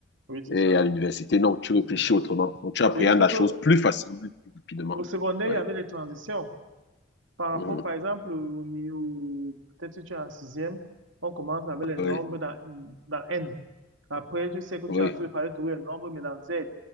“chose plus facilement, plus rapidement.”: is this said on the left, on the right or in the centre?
Left